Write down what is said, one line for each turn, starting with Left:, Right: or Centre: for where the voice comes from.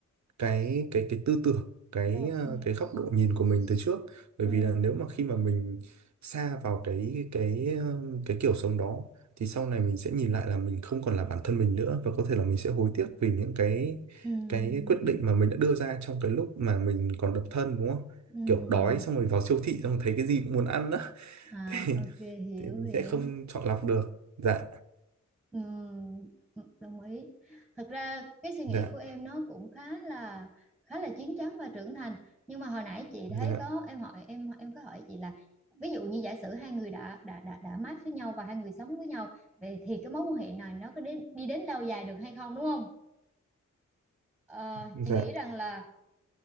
Right: cái cái cái tư tưởng cái
Centre: được
Right: ờ,
Centre: ừ
Right: cái góc độ nhìn của mình từ trước bởi
Centre: ừ
Right: vì là nếu mà khi mà mình sa vào cái cái ờ, cái kiểu sống đó thì sau này mình sẽ nhìn lại là mình không còn là bản thân mình nữa và có thể là mình sẽ hối tiếc vì những cái
Centre: ừ
Right: cái quyết định mà mình đã đưa ra trong cái lúc mà mình còn độc thân đúng không
Centre: ừ
Right: kiểu đói xong rồi vào siêu thị xong rồi thấy cái gì cũng muốn ăn á <laughs>
Centre: à
Right: thì
Centre: ok hiểu
Right: thì mình
Centre: hiểu
Right: sẽ không chọn lọc được dạ
Centre: Ừm, đồng ý. Thật ra cái suy nghĩ
Right: dạ
Centre: của em nó cũng khá là khá là chín chắn và trưởng thành. Nhưng mà hồi nãy chị
Right: dạ
Centre: thấy có em hỏi em em có hỏi chị là ví dụ như giả sử hai người đã đã đã đã mát với nhau và hai người sống với nhau vậy thì cái mối quan hệ này nó có đến đi đến lâu dài được hay không đúng không? Ờ,
Right: dạ
Centre: chị nghĩ rằng là